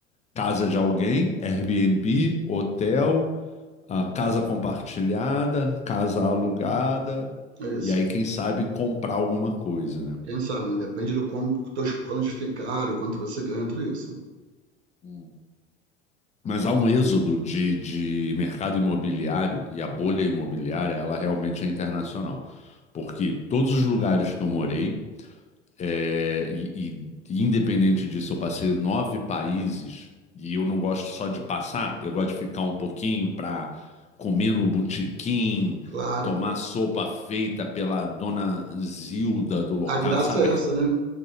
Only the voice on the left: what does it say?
casa de alguém, Airbnb, hotel, a casa compartilhada, casa alugada,
e aí, quem sabe, comprar alguma coisa, né?
Hum. Mas há um êxodo de, de mercado imobiliário e a bolha imobiliária, ela realmente é internacional. Porque todos os lugares que eu morei, É, e, e independente disso, eu passei nove países e eu não gosto só de passar, eu gosto de ficar um pouquinho para comer no botequim,
tomar sopa feita pela dona Zilda do local,
sabe?
aquela-